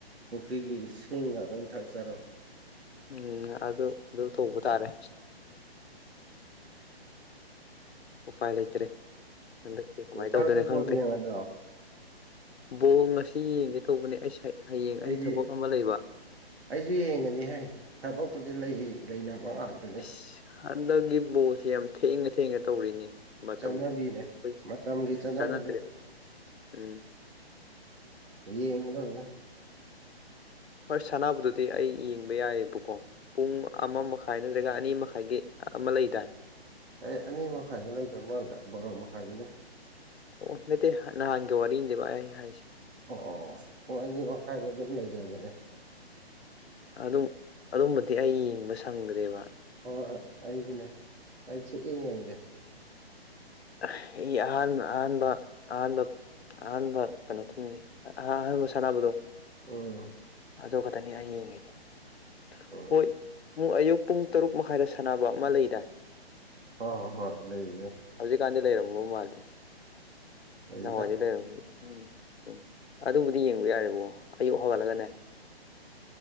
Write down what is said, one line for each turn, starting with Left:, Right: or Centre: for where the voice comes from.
Right: ꯄꯨꯈ꯭ꯔꯤꯒꯤ ꯏꯁꯤꯡꯒ ꯑꯗꯨꯝ ꯊꯛꯆꯔꯣ
Left: ꯎꯝ ꯑꯗꯨ ꯑꯗꯨ ꯇꯧꯕ ꯇꯥꯔꯦ ꯎꯄꯥꯏ ꯂꯩꯇꯔꯦ ꯍꯟꯗꯛꯇꯤ ꯀꯃꯥꯏꯅ
Right: ꯏꯇꯥꯎꯗꯤ
Left: ꯇꯧꯗꯣꯏꯅ
Right: ꯕꯣꯜ
Left: ꯈꯪꯗꯦ
Right: ꯌꯦꯡꯉꯗ꯭ꯔꯣ
Left: ꯕꯣꯜ ꯉꯁꯤ ꯌꯦꯡꯒꯦ ꯇꯧꯕꯅꯦ ꯑꯩꯁꯦ ꯍꯌꯦꯡ
Right: ꯑꯩꯗꯤ
Left: ꯑꯩ ꯊꯕꯛ ꯑꯃ ꯂꯩꯕ
Right: ꯑꯩꯁꯨ ꯌꯦꯡꯒꯅꯤ ꯍꯦ ꯊꯕꯛꯄꯨꯗꯤ ꯂꯩ ꯂꯩꯅꯥꯕ ꯉꯥꯛ
Left: ꯏꯁ ꯍꯟꯗꯛꯀꯤ ꯕꯣꯜꯁꯦ ꯌꯥꯝꯅ ꯊꯦꯡꯅ ꯊꯦꯡꯅ ꯇꯧꯔꯦꯅꯦ ꯃꯇꯝ
Right: ꯆꯠꯅꯕꯤꯅꯦ
Left: ꯑꯩꯈꯣꯏꯒꯤ
Right: ꯃꯇꯝꯒꯤ ꯆꯠꯅꯕꯤꯅꯤ
Left: ꯆꯥꯟꯅꯗ꯭ꯔꯦ ꯎꯝ
Right: ꯌꯦꯡꯒꯗꯕꯅꯦ
Left: ꯍꯣꯏ ꯁꯥꯟꯅꯥꯕꯨꯗꯨꯗꯤ ꯑꯩ ꯌꯦꯡꯕ ꯌꯥꯏꯌꯦꯕꯀꯣ ꯄꯨꯡ ꯑꯃꯃꯛ ꯊꯥꯏꯅ ꯖꯒꯥ ꯑꯅꯤ ꯃꯈꯥꯏꯒꯤ ꯑꯃ ꯂꯩꯗꯥꯏ
Right: ꯑꯩ ꯑꯅꯤ ꯃꯈꯥꯏꯗ ꯂꯩꯗꯧꯗꯧ ꯃꯥꯟꯗꯔꯦ ꯕꯥꯔꯣ ꯃꯈꯥꯏꯗꯅꯦ
Left: ꯑꯣ ꯅꯠꯇꯦ ꯅꯍꯥꯟꯒꯤ ꯋꯥꯔꯤꯅꯤꯅꯦꯕ ꯑꯩ ꯍꯥꯏꯁꯦ
Right: ꯑꯣ ꯑꯣ ꯑꯣ ꯑꯅꯤ ꯃꯈꯥꯏꯗ ꯑꯗꯨꯝ ꯂꯩꯒꯟꯕꯅꯦ
Left: ꯑꯗꯨꯝ ꯑꯗꯨꯝꯕꯗꯤ ꯑꯩ ꯌꯦꯡꯕ ꯁꯪꯗ꯭ꯔꯦꯕ
Right: ꯑꫭ ꯑꯖꯨꯅꯦ ꯑꯩꯖꯨ ꯁꯨꯌꯦꯡ ꯌꯦꯡꯗꯦ
Left: ꯑꯩ ꯑꯍꯥꯟꯕ ꯑꯍꯥꯟꯕ ꯑꯍꯥꯟꯕ ꯑꯍꯥꯟꯕ ꯀꯩꯅꯣ ꯊꯨꯡꯅꯤ ꯑꯍꯥꯟꯕ ꯁꯥꯟꯅꯕꯗꯣ
Right: ꯎꯝ
Left: ꯑꯗꯨ ꯈꯛꯇꯅꯤ ꯍꯌꯦꯡꯒꯤꯅꯤꯍꯣꯏ
Right: ꯎꯝ
Left: ꯑꯌꯨꯛ ꯄꯨꯡ ꯇꯔꯨꯛ ꯃꯈꯥꯏꯗ ꯁꯥꯟꯅꯕ ꯑꯃ ꯂꯩꯗꯥꯏ
Right: ꯑꯥ ꯍꯣꯏ ꯂꯩꯕꯅꯦ
Left: ꯍꯧꯖꯤꯛꯀꯥꯟꯗꯤ ꯂꯩꯔꯝꯃꯕ ꯃꯥꯜꯂꯦ
Right: ꯂꯩꯗ
Left: ꯅꯍꯥꯟꯋꯥꯏꯗꯤ ꯂꯩꯔꯝꯗꯦ ꯎꯝ ꯑꯗꯨꯕꯨꯗꯤ ꯌꯦꯡꯕ ꯌꯥꯔꯦꯕꯣ ꯑꯌꯨꯛ ꯍꯧꯒꯠꯂꯒꯅꯦ